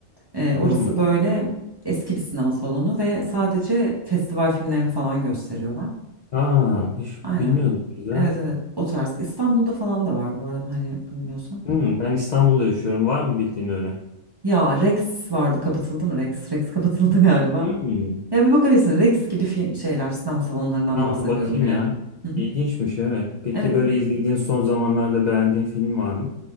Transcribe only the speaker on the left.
Hı.
Aa, hiç
bilmiyordum güzel.
Hı, ben İstanbul'da yaşıyorum. Var mı bildiğin öyle?
Hı.
Tamam
bakayım
ya.
İlginçmiş evet. Peki
böyle izlediğin son zamanlarda beğendiğin film var mı?